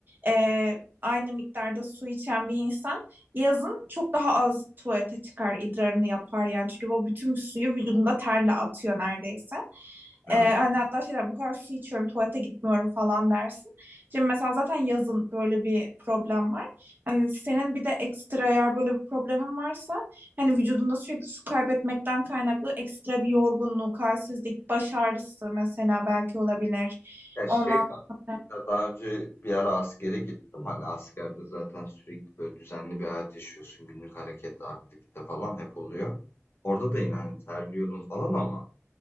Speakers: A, on the right; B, on the left.
A: e, aynı miktarda su içen bir insan yazın çok daha az tuvalete çıkar, idrarını yapar yani. Çünkü o bütün suyu vücudunda terle atıyor neredeyse.
B: Evet.
A: Ee, hani hatta şeyler bu kadar su içiyorum tuvalete gitmiyorum falan dersin. Şimdi mesela zaten yazın böyle bir problem var. Hani senin bir de ekstra eğer böyle bir problemin varsa hani vücudunda sürekli su kaybetmekten kaynaklı ekstra bir yorgunluk, halsizlik, baş ağrısı mesela belki olabilir.
B: Ya şey
A: Ondan
B: var.
A: sonra...
B: Ya daha önce bir ara askere gittim. Hani askerde zaten sürekli böyle düzenli bir hayat yaşıyorsun. Günlük hareket, aktivite falan hep oluyor. Orada da yine hani terliyordum falan ama